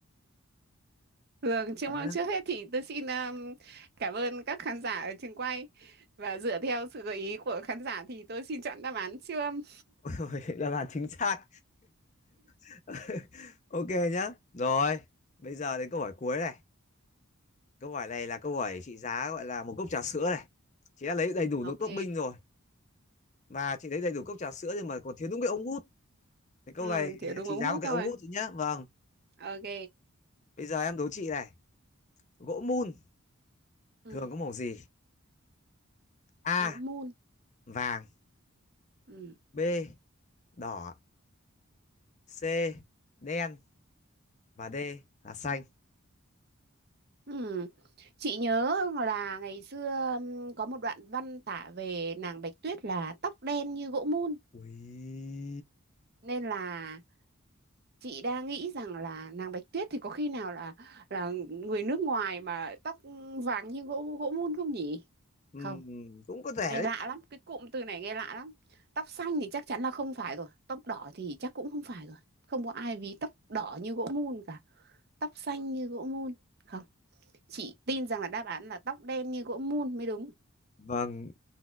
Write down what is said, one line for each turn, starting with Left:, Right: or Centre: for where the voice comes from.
Right: Thường trước
Left: Nhá.
Right: trước hết thì tôi xin um, cảm ơn các khán giả ở trường quay và dựa theo sự gợi ý của khán giả thì tôi xin chọn đáp án siêu âm.
Left: <laughs> Ôi, Đáp án chính xác. <laughs> Ok nhá. Rồi, bây giờ đến câu hỏi cuối này. Câu hỏi này là câu hỏi trị giá gọi là một cốc trà sữa này. Chị đã lấy đầy đủ đồ
Right: Ok.
Left: tốt binh rồi. Và chị lấy đầy đủ cốc trà sữa nhưng mà còn thiếu đúng cái ống hút Cái câu
Right: Ừ,
Left: này
Right: thì
Left: thì
Right: đúng
Left: trị
Right: ống
Left: giá
Right: hút
Left: một cái
Right: thôi.
Left: ống hút thôi nhá. Vâng.
Right: Ok.
Left: Bây giờ em đố chị này. Gỗ mun
Right: Ừ,
Left: thường có màu gì? A.
Right: gỗ mun.
Left: Vàng.
Right: Ừ.
Left: B. Đỏ. C. Đen. Và D là xanh.
Right: Ừ. Chị nhớ là ngày xưa ừm, có một đoạn văn tả về nàng Bạch Tuyết là tóc đen như gỗ mun
Left: Ui.
Right: nên là chị đang nghĩ rằng là nàng Bạch Tuyết thì có khi nào là là người nước ngoài mà tóc vàng như gỗ gỗ mun không nhỉ?
Left: Ừm,
Right: Không,
Left: cũng có thể
Right: nghe
Left: đấy.
Right: lạ lắm, cái cụm từ này nghe lạ lắm. Tóc xanh thì chắc chắn là không phải rồi, tóc đỏ thì chắc cũng không phải rồi. Không có ai ví tóc đỏ như gỗ mun cả, tóc xanh như gỗ mun. Không, chị tin rằng là đáp án là tóc đen như gỗ mun mới đúng.
Left: Vâng.